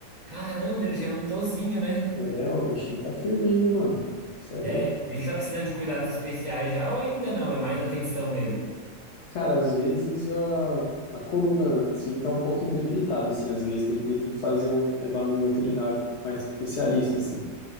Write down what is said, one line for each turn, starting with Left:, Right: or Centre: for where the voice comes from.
Right: Caramba, ele já é um idosinho, né?
Left: É, o bichinho tá firme ainda, hein, mano. Você é louco.
Right: É, ele tá precisando de cuidados especiais já ou ainda não? É mais atenção mesmo.
Left: Cara, às vezes a, a coluna, assim, tá um pouquinho debilitada, assim. Às vezes tem, tem que fazer um, levar um veterinário mais especialista, assim.